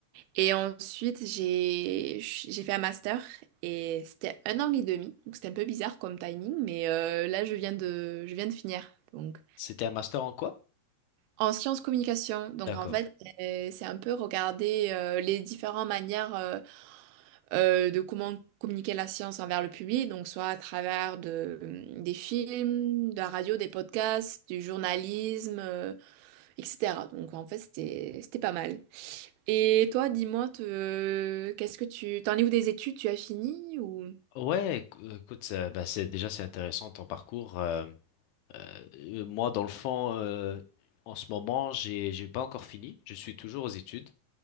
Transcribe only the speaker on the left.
C'était un master en quoi?
D'accord.
Ouais, éc- euh, écoute, ça- bah, c'est déjà c'est intéressant ton parcours. euh, Euh, moi, dans le fond, euh, en ce moment, j'ai, j'ai pas encore fini. Je suis toujours aux études.